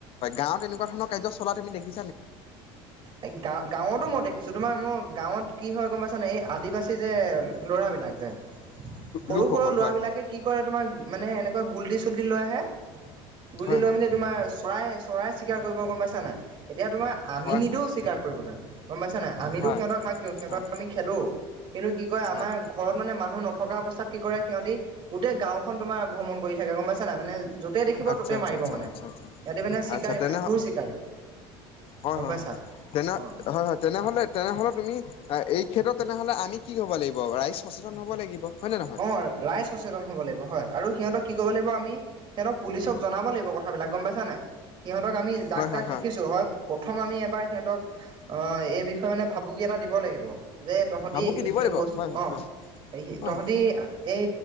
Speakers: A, on the left; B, on the right.
A: গাঁৱত তেনেকুৱা ধৰণৰ কাৰ্য চলা তুমি নেকি?
B: এই গাঁ-গাঁৱতো মই দেখিছোঁ তোমাৰ মই গাঁৱত কি হয় গম পাইছা নাই, এই আদিবাসী যে ল'ৰাবিলাক যে সৰু,
A: লোকসকল
B: সৰু ল'ৰাবিলাকে
A: হয় হয়
B: কি কৰে তোমাৰ, মানে এনেকুৱা গুলটি চুলটি লৈ আহে, গুলটি
A: হয়
B: লৈ
A: হয়
B: মেলি তোমাৰ চ চৰাই, চৰাই চিকাৰ কৰিব গম পাইছ নাই। এতিয়া তোমাৰ আমি
A: হয়
B: নিদিওঁ
A: হয়
B: চিকাৰ কৰিবলৈ গম পাইছা নাই। আমিতো
A: হয়
B: সিহঁতক হাক দিওঁ, সিহঁতক
A: হয়
B: আমি খেদোঁ, কিন্তু কি কয় আমাৰ
A: হয়
B: ঘৰত মানে মানুহ নথকা অৱস্থাত কি কৰে সিহঁতি, গোটেই গাঁওখন তোমাৰ ভ্ৰমণ কৰি থাকে গম পাইছে নাই, মানে য'তেই দেখিব
A: আচ্ছা
B: ত'তে
A: আচ্ছা
B: মাৰিব
A: আচ্ছা
B: মানে,
A: আচ্ছা আচ্ছা
B: ইহঁতি মানে চিকাৰী
A: আচ্ছা তেনেহ
B: মানে, ঘূৰ চিকাৰী।
A: হয়,
B: গম
A: হয়,
B: পাইছা
A: হয়, হয় তেনে
B: অ
A: হয়, হয়। তেনেহ'লে, তেনেহ'লে তুমি এই ক্ষেত্ৰত তেনেহ'লে আমি কি হ'ব লাগিব, ৰাইজ সচেতন হ'ব লাগিব। হয় নে নহয়
B: অ', ৰাই সচেতন হ'ব লাগিব হয়। আৰু সিহঁতক কি ক'ব লাগিব আমি, সিহঁতক পুলিচক জনাব লাগিব কথা বিলাক গম পাইছা নাই, সিহঁতক আমি যাক
A: হয় হয়
B: যাক দেখিছোঁ, হয় প্ৰথম আমি এবাৰ সিহঁতক, অ', এই বিষয়ে মানে ভাবুকি এটা দিব লাগিব। যে, তহঁতি
A: ভাবুকি
B: এইখিনি
A: দিব লাগিব
B: বস্তু,
A: হয় হয়
B: অ',
A: হয়
B: এইখিনি
A: হয়
B: তহঁতি এই